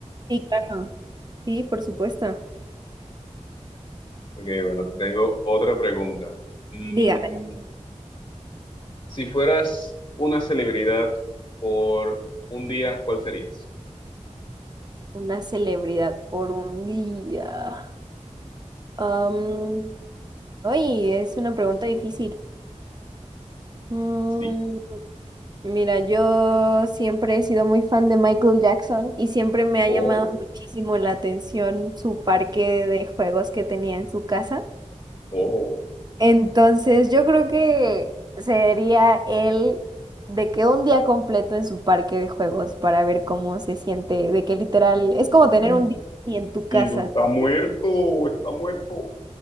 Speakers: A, on the right; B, on the left.
A: Sí, claro. Sí, por supuesto.
B: Ok, bueno, te tengo otra pregunta. Mm,
A: Dígamelo.
B: si fueras una celebridad por un día, ¿cuál serías?
A: Una celebridad por un día. Am, Ay, es una pregunta difícil. Mm,
B: Sí.
A: Mira, yo siempre he sido muy fan de Michael Jackson y siempre me ha
B: Oh,
A: llamado muchísimo la atención su parque de juegos que tenía en su casa.
B: oh.
A: Entonces, yo creo que sería él de que un día completo en su parque de juegos para ver cómo se siente, de que literal es como
B: <gasps>
A: tener un día en tu casa.
B: Piru está
A: ¿sabes?
B: muerto, está muerto.